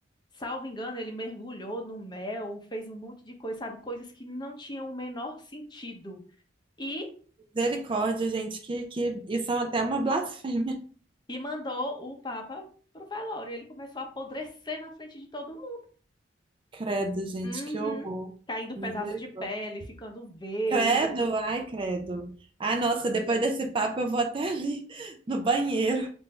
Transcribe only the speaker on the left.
Salvo engano, ele mergulhou no mel, fez um monte de coisa, sabe, coisas que não tinham o menor sentido. E,
e mandou o papa pro velório. Ele começou a apodrecer na frente de todo mundo.
Uhum.
Caindo pedaço
de pele, ficando verde.